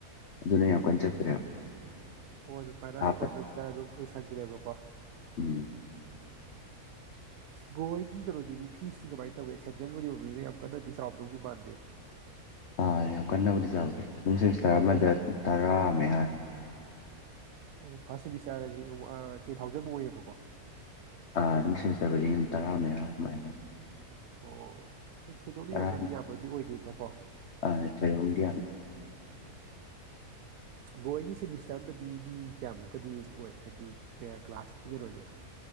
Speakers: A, on the left; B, on the right.
A: ꯑꯗꯨꯅ ꯌꯥꯝ ꯀꯟ ꯆꯠꯇ꯭ꯔꯦꯕ
B: ꯑꯣ ꯑꯗꯨ ꯁ꯭ꯋꯥꯏꯅ ꯑꯅꯛꯄ
A: ꯍꯥꯞꯄ
B: ꯗꯨꯝ ꯆꯠꯂ ꯑꯗꯨꯝ ꯂꯣꯏꯁꯟꯒ꯭ꯔꯦꯕꯀꯣ
A: ꯎꯝ
B: ꯕ꯭ꯔꯣ ꯍꯣꯏꯒꯤ ꯀꯩꯅꯣꯗꯗꯤ ꯐꯤꯁꯇꯤ ꯀꯃꯥꯏꯟ ꯇꯧꯒꯦ ꯁꯦꯟꯇ꯭ꯔꯦꯜ ꯕꯨꯗꯤ ꯑꯣꯏꯕꯅꯤꯅ ꯌꯥꯝ ꯀꯟꯅꯗꯤ ꯆꯥꯎꯔꯝꯗꯧꯗꯤ ꯃꯥꯟꯗꯦ
A: ꯑꯥ ꯌꯥꯝ ꯀꯟꯅꯕꯨꯗꯤ ꯆꯥꯎꯗꯦ ꯑꯗꯨꯝ ꯁꯦꯃꯦꯁꯇꯔ ꯑꯃꯗ ꯇꯔꯥ ꯃꯌꯥ
B: ꯑꯣ ꯐꯥ꯭ꯔꯁ ꯁꯦꯃꯤꯁꯇꯔꯒꯖꯤ ꯑꯥ ꯇꯦꯟ ꯊꯥꯎꯖꯟ ꯃꯨꯛ ꯑꯣꯏꯌꯦꯕꯀꯣ
A: ꯑ ꯑꯗꯨꯝ ꯁꯦꯃꯤꯁꯇꯔ ꯈꯨꯗꯤꯡ ꯇꯔꯥ ꯃꯌꯥꯥ ꯑꯗꯨꯃꯥꯏ ꯑꯣꯏ
B: ꯑꯣ ꯑꯗꯣ ꯊꯣꯏꯗꯣꯛꯅ
A: ꯇꯔꯥ
B: ꯌꯥꯝ ꯀꯟꯅ ꯌꯥꯝꯕꯗꯤ ꯑꯣꯏꯗꯦꯗꯥꯀꯣ
A: ꯑꯥ ꯊꯣꯏꯗꯣꯛꯅꯗꯤ ꯌꯥꯝꯗꯦ <inaudible>
B: ꯕ꯭ꯔꯣ ꯍꯣꯏꯒꯤ ꯁꯦꯃꯤꯁꯇꯔ ꯑꯝꯗꯗꯤ ꯃꯤ ꯀꯌꯥꯃꯨꯛꯀꯗꯤ ꯑꯣꯏ ꯍꯥꯏꯗꯤ ꯄꯦꯌꯥ ꯀ꯭ꯂꯥꯁꯀꯤ ꯀꯩꯅꯣꯖꯦ